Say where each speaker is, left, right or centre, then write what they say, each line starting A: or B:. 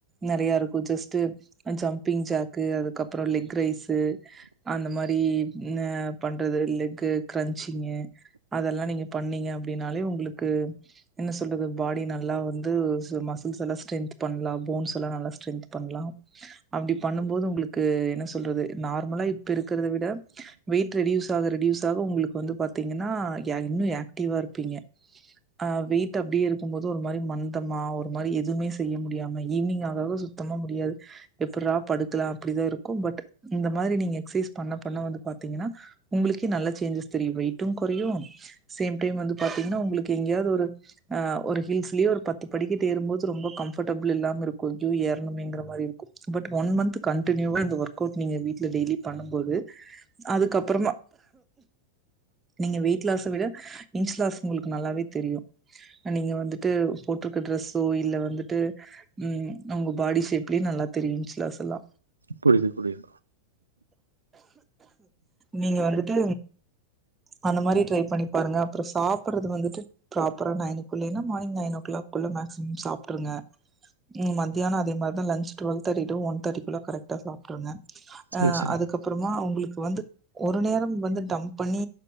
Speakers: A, on the right (about 15°); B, on the right (about 80°).
A: நெறையா இருக்கு ஜஸ்ட் ஜம்பிங் ஜாக்கு அதுக்கப்புற லெக் ரைஸ் அந்த மாரி பண்றது லெக்கு கிரன்ச்சிங்கு அதெல்லா நீங்க பண்ணீங்க அப்டின்னாலே உங்களுக்கு என்ன சொல்றது பாடி நல்லா வந்து சூ மசூல்செல்லா ஸ்டெந்த் பண்லா போம்ஸ் லா நல்லா ஸ்டெந்த் பண்லா அவுங்ளுக் பண்ணும் போது உங்களுக்கு என்ன சொல்றது நார்மலா இப்ப இருக்றத விட வெயிட் ரெடியூஸ் ஆக ரெடியூஸ் ஆக உங்களுக்கு வந்து பாத்தீங்கன்னா <unintelligible> டீவா இருப்பீங்க ஆஹ் வெயிட் அப்டியே இருக்கும்போது ஒரு மாரி மந்தமா ஒரு மாரி எதுவுமே செய்ய முடியாம ஈவினிங் ஆக ஆக சுத்தமா முடியாது எப்புரா படுக்கலா அப்டிதா இருக்கு பட் இந்த மாரி நீங்க எக்சைஸ் பண்ண பண்ண வந்து பாத்தீகன்னா உங்களுக்கே நல்ல சேஞ்சஸ் தெரியு வெயிட்டு குறையு சேம் டைம் வந்து பாத்தீங்கன்னா உங்களுக்கு எங்கேயது ஒரு ஹில்ஸ்லியோ ஒரு பத்து படிக்க ட்டு ஏறும்போது ரொம்ப கம்ஃபடபுல் இல்லாம இருக்கு அய்யோ ஏறங்னுமேங்கற மாரி இருக்கு பட் ஒன் மந்த் கன்டினியுவா இந்த ஒர்க்கோட் நீங்க வீட்ல டெய்லி பண்ணும்போது அதுக்கப்புறமா நீங்க வெயிட்லாஸ் விட இன்ஞ்லாஸ் உங்குளுக்கு நல்லாவே தெரியு நீங்க வந்துட்டு போட்ருக்க ட்ரெஸ் தோ இல்ல வந்துட்டு உம் அவுங்க பாடி ஷேப்லே நல்லா தெரியு இன்ச்ளாஸ்ல்லா
B: புரிது புரிது
A: நீங்க வந்துட்டு அந்த மாரி ட்ரை பண்ணி பாருங்க அப்புறோ சாப்றது வந்துட்டு ப்ராப்பரா நைனுக்குள்ளேன்னா மார்னிங் நைன் ஓ கிளாக்குள்ள மே <unintelligible> சாப்ட்ருங்க மத்தியான அதே மாரி தா லன்ச் ட்டுவெல் தேட்டி டு ஒன் தேட்டி குள்ள கரெக்ட்டா சாப்ட்ருங்க ஹ
B: சரி சரிங்க
A: அதுக்கப்புறமா உங்களுக்கு வந்து ஒரு நேரோ வந்து டம்ப் பண்ணி